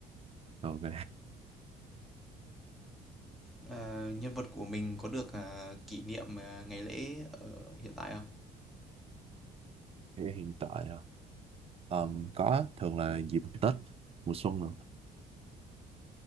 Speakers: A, on the right; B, in the centre.
A: ok
B: Ờ, nhân vật của mình có được à, kỷ niệm à, ngày lễ ở hiện tại không?
A: Thì hiện tại à, ờm, có thường là dịp Tết mùa xuân nữa